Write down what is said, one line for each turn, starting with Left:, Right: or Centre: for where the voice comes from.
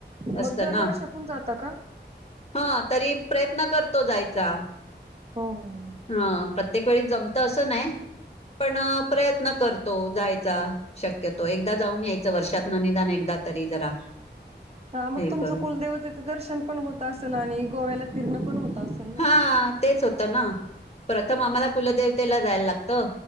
Left: असतं
Right: मग दरवर्षातून
Left: ना
Right: जाता का?
Left: हा तरी प्रयत्न करतो जायचा.
Right: हो हो हो.
Left: हा प्रत्येक वेळी जमत असं नाही <inaudible> पण प्रयत्न करतो जायचा. शक्यतो एकदा जाऊन यायचं वर्षात ना निदान एकदा तरी जरा.
Right: ह मग
Left: हे
Right: तुमचं
Left: करून
Right: कुलदेव तिथे दर्शन पण होत असेल आणि गोव्याला फिरणं पण होत असेल ना?
Left: हा <inaudible> तेच होत. ना <inaudible> प्रथम आम्हाला कुलदेवतेला जायला लागत.